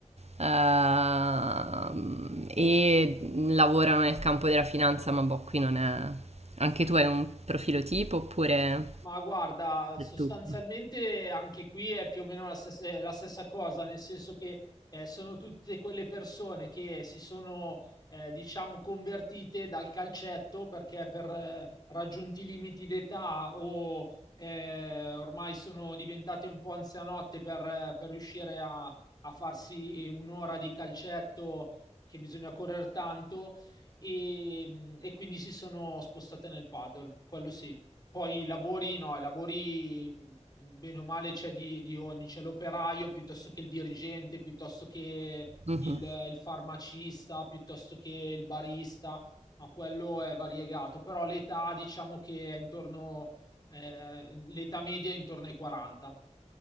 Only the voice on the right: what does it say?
ehm, e lavorano nel campo della finanza, ma boh, qui non è... Anche tu hai un profilo tipo oppure...
È
tutto.
Mhm.